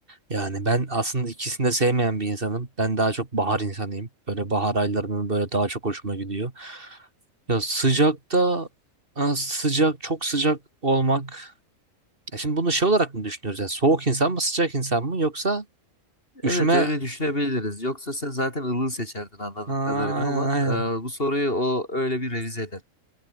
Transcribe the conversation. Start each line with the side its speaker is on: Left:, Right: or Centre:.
Right: yani ben aslında ikisini de sevmeyen bir insanım. Ben daha çok bahar insanıyım. Böyle bahar aylarının böyle daha çok hoşuma gidiyor. Ya sıcakta e, sıcak çok sıcak olmak Ya şimdi bunu şey olarak mı düşünüyoruz? Yani soğuk insan mı sıcak insan mı yoksa
Left: Evet
Right: üşüme
Left: öyle düşünebiliriz. Yoksa sen zaten ılığı seçerdin anladığım
Right: Aa,
Left: kadarıyla
Right: aynen
Left: ama
Right: aynen.
Left: e, bu soruyu o öyle bir revize eder.